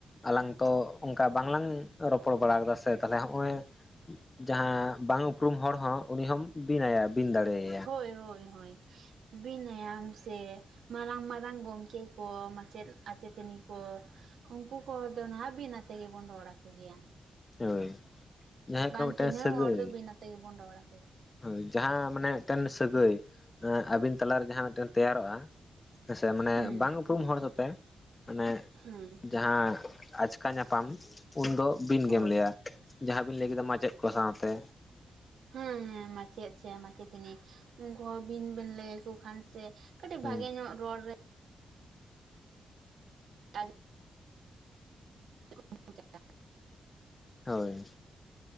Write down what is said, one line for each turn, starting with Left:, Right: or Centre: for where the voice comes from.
Left: ᱟᱞᱟᱝ ᱛᱚ ᱚᱱᱠᱟ ᱵᱟᱝ ᱞᱟᱝ ᱨᱚᱯᱚᱲ ᱵᱟᱲᱟ ᱠᱟᱫᱟ ᱥᱮ ᱛᱟᱦᱚᱞᱮ ᱦᱚᱜ-ᱚᱭ ᱡᱟᱦᱟᱸ ᱵᱟᱝ ᱩᱯᱨᱩᱢ ᱦᱚᱲ ᱦᱚᱸ ᱩᱱᱤ ᱦᱚᱢ ᱵᱤᱱ ᱟᱭᱟ ᱵᱤᱱ ᱫᱟᱲᱮᱭᱟ᱾
Right: ᱦᱳᱭ, ᱦᱳᱭ, ᱦᱳᱭ᱾ ᱵᱤᱱ ᱟᱭᱟᱢ ᱥᱮ ᱢᱟᱨᱟᱝ ᱢᱟᱨᱟᱝ ᱜᱚᱝᱠᱮ ᱠᱚ ᱢᱟᱪᱮᱫ ᱟᱪᱮᱛᱟᱹᱱᱤ ᱠᱚ ᱩᱱᱠᱩ ᱠᱚ ᱫᱚ ᱱᱟᱦᱟᱜ ᱵᱤᱱ ᱟᱛᱮ ᱜᱮᱵᱚᱱ ᱨᱚᱲ ᱟᱠᱚ ᱜᱮᱭᱟ᱾
Left: ᱦᱳᱭ᱾ ᱡᱟᱦᱟᱸ ᱠᱟᱱᱟ
Right: ᱵᱟᱝ
Left: ᱢᱤᱫᱴᱮᱱ
Right: ᱪᱤᱱᱦᱟᱹᱣ
Left: ᱥᱟᱹᱜᱟᱹᱭ
Right: ᱦᱚᱲ ᱫᱚ ᱵᱤᱱᱟᱹ ᱟᱛᱮ ᱜᱮᱵᱚᱱ ᱨᱚᱲᱟ᱾
Left: ᱦᱳᱭ ᱡᱟᱦᱟᱸ ᱢᱟᱱᱮ ᱢᱤᱫᱴᱮᱱ ᱥᱟᱹᱜᱟᱹᱭ ᱟᱵᱤᱱ ᱛᱟᱞᱟᱨᱮ ᱡᱟᱦᱟᱸ ᱢᱤᱫᱴᱮᱱ ᱛᱮᱭᱟᱨᱚᱜᱼᱟ ᱥᱮ ᱢᱟᱱᱮ
Right: ᱦᱮᱸ
Left: ᱵᱟᱝ ᱩᱯᱨᱩᱢ ᱦᱚᱲ ᱥᱟᱛᱮᱜ ᱢᱟᱱᱮ
Right: <unintelligible>
Left: ᱡᱟᱦᱟᱸ ᱟᱪᱠᱟ ᱧᱟᱯᱟᱢ ᱩᱱᱫᱚ ᱵᱤᱱ
Right: ᱦᱳᱭ
Left: ᱜᱮᱢ ᱞᱟᱹᱭᱟ᱾ ᱡᱟᱦᱟᱸ ᱵᱤᱱ ᱞᱟᱹᱭ ᱠᱮᱫᱟ ᱢᱟᱪᱮᱫ ᱠᱚ ᱥᱟᱶ ᱛᱮ᱾
Right: ᱦᱮᱸ, ᱦᱮᱸ ᱢᱟᱪᱮᱫ ᱥᱮ ᱢᱟᱪᱮᱛᱟᱹᱱᱤ ᱩᱱᱠᱩ ᱦᱚᱸ ᱵᱤᱱ ᱵᱮᱱ ᱞᱟᱹᱭ ᱟᱠᱚ ᱠᱷᱟᱱ ᱥᱮ ᱠᱟᱹᱴᱤᱡ ᱵᱷᱟᱜᱮ
Left: ᱦᱩᱸ
Right: ᱧᱚᱜ ᱨᱚᱲ ᱨᱮ ᱟᱡ <inaudible>
Left: ᱦᱳᱭ᱾